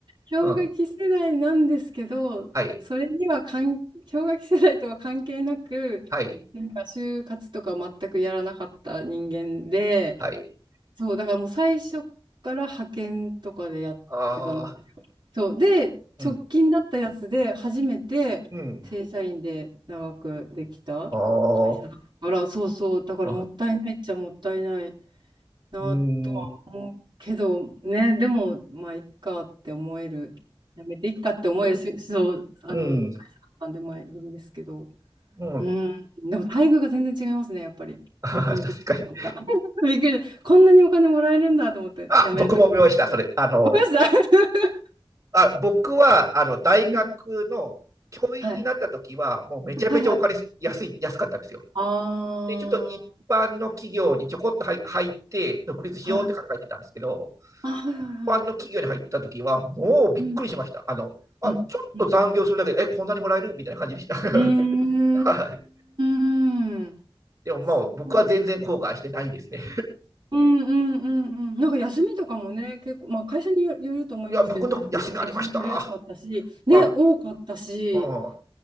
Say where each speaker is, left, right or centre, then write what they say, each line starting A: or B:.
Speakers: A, on the right; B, on the right.
A: 氷河期世代なんですけど、
B: うん、はい。
A: それには関氷河期世代とは関係なく、
B: はい。
A: なんか就活とか全くやらなかった人間で、
B: はい。
A: そう、だからもう最初から派遣とかでやってたの。
B: ああ、
A: そう、で、
B: うん。
A: 直近だったやつで初めて正社員で長くできた会社だから、
B: うん。ああ、
A: そうそう、だからもったいないっちゃもったいない
B: う
A: なと
B: ん。うん。
A: けど、ね、でも、まあ、いっかって思える、やめていっかって思えるし、そう、あの、
B: うん。
A: 会社だったんで、まあ、いいんですけど、
B: うん。
A: うん、でも、待遇が全然違いますね、やっぱり。
B: あー確かに。
A: 本当にびっくりした。<laughs> びっくりした。こんなにお金もらえるんだと思って、
B: あ、
A: 辞めるとき。
B: 僕も思いました、それ。あの、
A: ごめんいました。
B: あ、僕は、あの、大学の教員になった時は、
A: <laughs> うんはい。
B: もうめちゃめちゃお金安い、
A: はいはい。
B: 安かったんですよ。
A: あ
B: で、ちょっと一般の企業にちょこっと入入って、独立しようって考えてたんですけど、
A: あ、はい。あ、はいはいはい。
B: 一般の企業に入った時は、もうびっくりしました。
A: うん。
B: あの、あ、
A: うん。
B: ちょっと残業するだけで、
A: うん。うん。
B: え、こんなにもらえるみたいな感じでした。<laughs>
A: うー
B: はい。
A: ん
B: でももう僕は全然後悔してないですね。
A: すごい。うんうんうんうん。なんか休みとかもね、結構、まあ会社によよると思いますけど、
B: <laughs> いや、僕の休みありました。
A: 休みとかもすごい取りやすかったし、ね、
B: うん。
A: 多かったし、
B: うん。